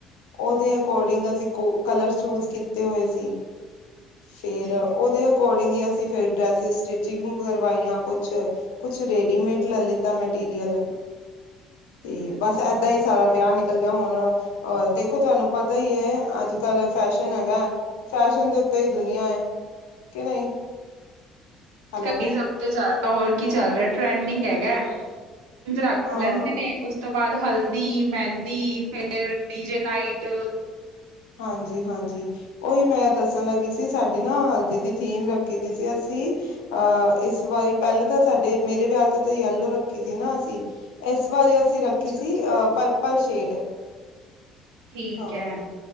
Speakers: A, on the left; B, on the right.
A: ਉਹਦੇ ਅਕੋਰਡਿੰਗ ਅਸੀਂ ਕੋ ਕਲਰ ਚੂਜ ਕੀਤੇ ਹੋਏ ਸੀ ‌। ਫੇਰ
B: ਠੀਕ
A: ਉਹਦੇ ਅਕੋਰਡਿੰਗ ਹੀ ਅਸੀਂ ਫਿਰ ਡਰੈਸਿਸ ਸਟਿਚਿੰਗ ਕਰਵਾਈਆਂ ਕੁਛ। ਕੁਛ ਰੇਡੀਮੇਡ ਲੈ ਲਿੱਤਾ ਮੈਟੀਰੀਅਲ। ਤੇ ਬਸ ਏਦਾਂ ਸਾਰਾ ਵਿਆਹ ਨਿਕਲ ਗਿਆ ਹੁਣ। ਅ ਦੇਖੋ ਤੁਹਾਨੂੰ ਪਤਾ ਹੀ ਅੱਜ- ਕੱਲ ਫੈਸ਼ਨ ਹੈਗਾ, ਫੈਸ਼ਨ ਦੇ ਉੱਤੇ। ਦੁਨੀਆਂ, ਕਿ ਨਹੀਂ। ਹੈਲੋ
B: ਘਰੇ ਸਭ ਕੁਛ ਚਲਦਾ ਹੋਰ ਕੀ ਚੱਲ ਰਿਹਾ ਟ੍ਰੈਂਡਿੰਗ ਹੈਗਾ। ਕੁਝ ਰੱਖ
A: ਹਾਂ
B: ਲੈਂਦੇ ਨੇ ਉਸ ਉਸ ਤੋਂ ਬਾਅਦ ਹਲਦੀ, ਮਹਿੰਦੀ, ਫੇਰ ਡੀ ਜੇ ਨਾਈਟ।
A: ਹਾਂਜੀ- ਹਾਂਜੀ। ਉਹੀ ਮੈਂ ਦੱਸਣ ਲੱਗੀ ਸੀ ਸਾਡੀ ਨਾ ਹਲਦੀ ਦੀ ਥੀਮ ਰੱਖੀ ਦੀ ਅਸੀਂ। ਅਹ ਇਸ ਵਾਰੀ ਪਹਿਲੇ ਤਾਂ ਸਾਡੇ ਮੇਰੇ ਵਿਆਹ ਤੇ ਯੈਲੋ ਰੱਖੀ ਸੀ ਨਾ ਅਸੀਂ। ਇਸ ਵਾਰੀ ਅਸੀ ਰੱਖੀ ਸੀ,
B: ਅੱਛਾ
A: ਅਹ ਪਰਪਲ ਸ਼ੇਡ।
B: ਠੀਕ
A: ਹਾਂ
B: ਹੈ